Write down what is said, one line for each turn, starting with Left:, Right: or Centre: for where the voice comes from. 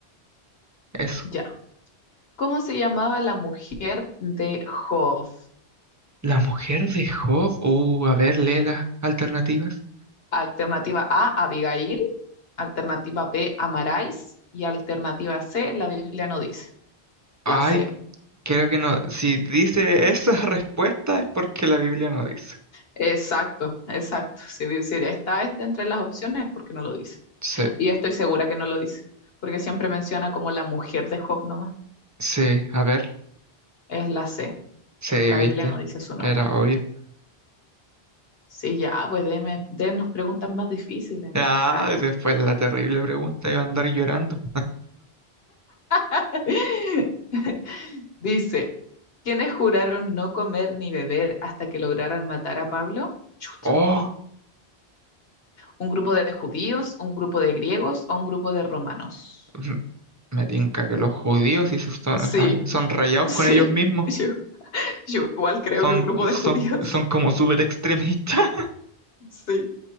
Right: Eso.
Left: Ya. ¿Cómo se llamaba la mujer de Job?
Right: La mujer de Job. Uh, a ver, lee las alternativas.
Left: Alternativa A, Abigail. Alternativa B, Amarais. Y alternativa C, la Biblia no dice.
Right: Ay,
Left: La C.
Right: creo que no. Si dice esa <laughs> respuesta es porque la Biblia no dice.
Left: Exacto, exacto. Si, di- si está este entre las opciones es porque no lo dice.
Right: Sí,
Left: Y estoy segura que no lo dice, porque siempre menciona como la mujer de Job nomás.
Right: sí, a ver.
Left: Es la C.
Right: Sí,
Left: La
Right: viste.
Left: Biblia no dice su nombre.
Right: Era obvio.
Left: Sí, ya, pues deme, dennos preguntas más difíciles.
Right: Ah,
Left: Ah.
Right: después la terrible pregunta iba a andar llorando.
Left: <laughs> Dice, ¿quiénes juraron no comer ni beber hasta que lograran matar a Pablo? Chut.
Right: Oh,
Left: ¿Un grupo de judíos, un grupo de griegos o un grupo de romanos?
Right: m- me tinca que los judíos y sus son,
Left: Sí,
Right: en plan, son rayados
Left: sí.
Right: con ellos mismos.
Left: Yo, yo igual creo
Right: Son,
Left: que un grupo de
Right: son,
Left: judíos.
Right: son como súper extremistas.
Left: Sí,